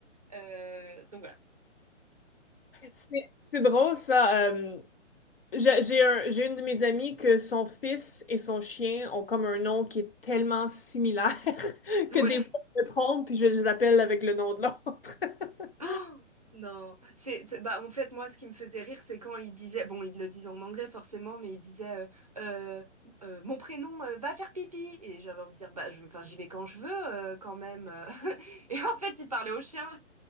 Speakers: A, on the right; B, on the left.
A: Euh, donc, voilà.
B: C'est c'est drôle ça. euh, j'ai j'ai un- j'ai une de mes amies que son fils et son chien ont comme un nom qui est tellement similaire <laughs>
A: <laughs> Ouais.
B: que des fois je me trompe puis je les appelle avec le nom de l'autre. <laughs>
A: Oh, non. C'est, c'est- bah, en fait, moi, ce qui me faisait rire, c'est quand il disait, bon, il le disait en anglais forcément, mais il disait, euh, euh, euh, mon prénom, euh, va faire pipi. Et j'avais envie de dire, bah, je, enfin, j'y vais quand je veux, euh, quand même. <laughs> Et en fait, il parlait au chien.